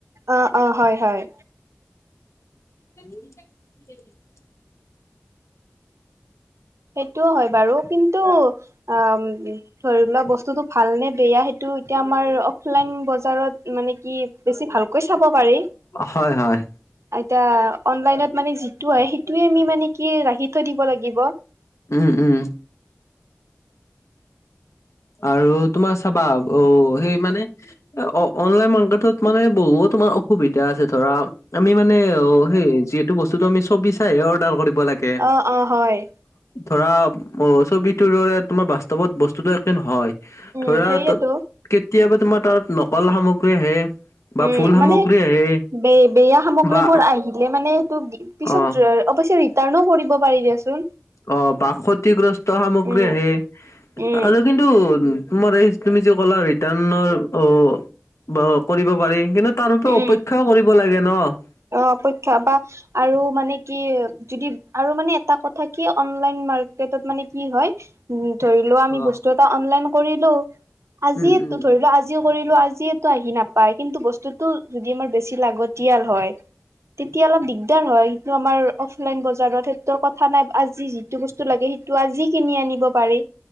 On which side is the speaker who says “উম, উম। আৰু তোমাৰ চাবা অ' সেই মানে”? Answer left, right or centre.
Left